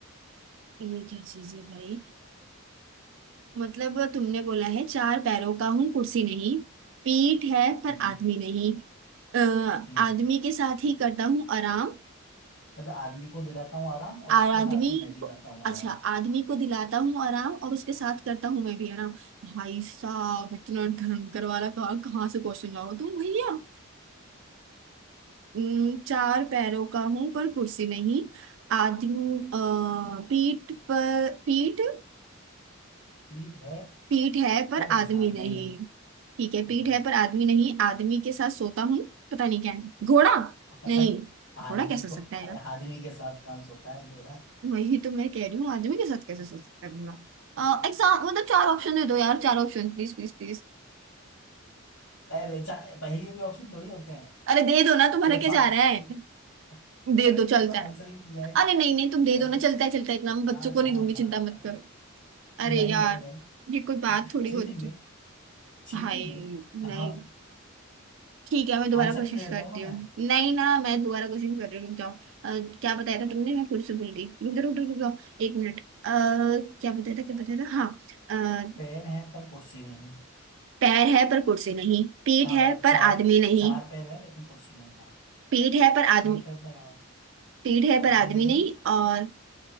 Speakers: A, on the right; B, on the left.
A: ये क्या चीज है भाई मतलब तुमने बोला है चार पैरों का हूं कुर्सी नहीं पीठ है पर
B: हम्म
A: आदमी नहीं अ,
B: हम्म
A: आदमी के साथ ही करता हूँ आराम
B: मतलब आदमी को दिलाता हूँ आराम और
A: और
B: उसके
A: आदमी
B: साथ ही मैं भी
A: को-
B: करता हूँ
A: अच्छा
B: आराम
A: आदमी को दिलाता हूँ आराम और उसके साथ करता हूँ मैं भी आराम भाई साहब इतना भयंकर वाला कहाँ कहाँ से क्वेश्चन लाओ तुम भैया उम, चार पैरों का हूं पर कुर्सी नहीं आदमी अ, पीठ पर पीठ
B: पीठ है
A: पीठ है पर
B: पर इंसान
A: आदमी नहीं
B: नहीं
A: ठीक है
B: हम्म
A: पीठ है पर आदमी नहीं आदमी के साथ सोता हूँ पता नहीं क्या है घोड़ा
B: मतलब
A: नहीं
B: आदमी
A: घोड़ा कैसे हो
B: को
A: सकता
B: अरे
A: है यार
B: आदमी के साथ कहाँ सोता है घोड़ा
A: वही तो मैं कह रही हूँ आदमी के साथ कैसे सो सकता है घोड़ा एग्जाम मतलब चार ऑप्शन दे दो यार चार ऑप्शन प्लीज प्लीज प्लीज
B: अरे चा- पहेलियों के ऑप्शन थोड़ी होते हैं
A: अरे दे दो ना तुम्हारा
B: फिर तो
A: क्या जा
B: आंसर
A: रहा है
B: ही मिल <laughs>
A: दे
B: अरे
A: दो
B: तो
A: चलता
B: फिर तो
A: है
B: आंसर ही मिल जाएगा
A: अरे नहीं नहीं तुम दे दो
B: ऐसे
A: ना चलता
B: नहीं
A: है चलता है इतना मैं बच्चों
B: ना
A: को
B: ना
A: नहीं दूंगी
B: ना
A: चिंता मत
B: ना
A: करो
B: नहीं
A: अरे यार
B: नहीं नहीं
A: ये कोई बात थोड़ी
B: चीटिंग
A: होती
B: नहीं चीटिंग
A: भाई
B: नहीं
A: नहीं
B: हाँ
A: ठीक है मैं दोबारा
B: आंसर
A: कोशिश
B: ही दे देता
A: करती
B: हूँ ना
A: हूँ
B: मैं
A: नहीं ना मैं दोबारा कोशिश कर रही हूँ रुक जाओ अ, क्या बताया था तुमने मैं फिर से भूल गई रुक जाओ रुक जाओ रुक जाओ एक मिनट अ, क्या बताया था क्या बताया था हाँ अ,
B: पैर है पर कुर्सी नहीं
A: पैर है पर कुर्सी नहीं पीठ
B: हाँ मतलब
A: है पर
B: चार
A: आदमी नहीं
B: चार पैर है लेकिन कुर्सी नहीं हाँ
A: पीठ है पर आदमी
B: पीठ है पर आ-
A: पीठ है पर
B: आदमी
A: आदमी
B: नहीं
A: नहीं और